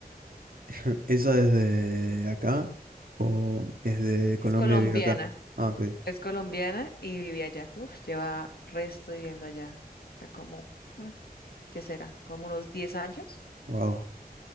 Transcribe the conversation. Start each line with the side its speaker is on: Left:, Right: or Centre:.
Right: <laughs> ¿Esa es de acá o es de Colombia
Left: Es colombiana,
Right: y vive acá? Ah, ok.
Left: es colombiana y vive allá. Uf, lleva resto viviendo allá. Ya como, mm, ¿qué será? ¿Como unos 10 años?
Right: Wow.